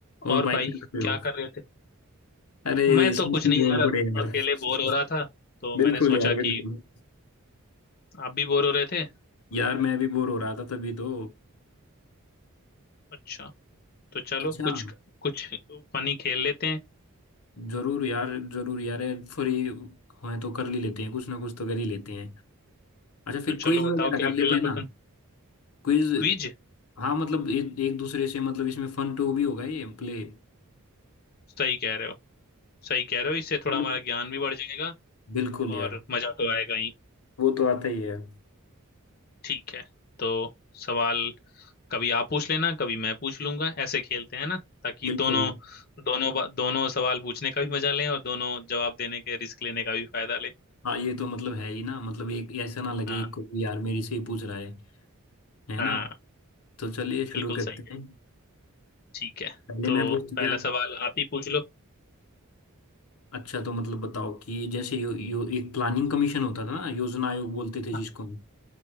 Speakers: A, on the left (about 75°); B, on the left (about 45°).
A: और
B: और
A: भाई
B: भाई
A: क्या कर रहे
B: क्या
A: हो
B: कर रहे थे
A: अरे
B: मैं तो
A: समथिंग
B: कुछ नहीं
A: बोल
B: यार अकेले
A: पड़े यार <laughs>
B: बोर हो रहा था तो
A: बिल्कुल
B: मैंने सोचा
A: यार
B: कि
A: बिल्कुल
B: आप भी बोर हो रहे थे
A: यार मैं भी बोर हो रहा था तभी तो
B: अच्छा तो चलो
A: अच्छा
B: कुछ कुछ फनी खेल लेते हैं
A: जरूर यार जरूर यार फ्री हैं तो कर ही लेते हैं कुछ ना कुछ तो कर ही लेते हैं अच्छा फिर
B: तो चलो
A: क्विज
B: बताओ
A: वगैरह
B: क्या
A: कर लेते
B: खेलना
A: हैं ना
B: पसंद
A: क्विज
B: क्विज
A: हाँ मतलब ए, एक दूसरे से मतलब इसमें फन टू भी होगा ये प्ले
B: सही कह रहे हो सही कह रहे हो इससे
A: चलो
B: थोड़ा हमारा ज्ञान भी बढ़ जाएगा
A: बिल्कुल यार
B: और मजा तो आएगा ही
A: वो तो आता ही है यार
B: ठीक है तो सवाल कभी आप पूछ लेना कभी मैं पूछ लूंगा ऐसे खेलते हैं ना ताकि
A: बिल्कुल
B: दोनों दोनों बा- दोनों सवाल पूछने का भी मजा लें और दोनों जवाब देने के रिस्क लेने का भी फायदा लें
A: हाँ ये तो मतलब है ही ना मतलब एक ऐसा ना लगे
B: हाँ
A: एक को कि यार मेरे से ही पूछ रहा है है
B: हाँ
A: ना तो चलिए शुरू
B: बिल्कुल
A: करते
B: सही है
A: हैं
B: ठीक है
A: पहले
B: तो
A: मैं पूछ गया
B: पहला सवाल आप ही पूछ लो
A: अच्छा तो मतलब बताओ कि जैसे यो, यो एक प्लानिंग कमीशन होता था ना योजना आयोग बोलते थे जिसको
B: हाँ
A: हम।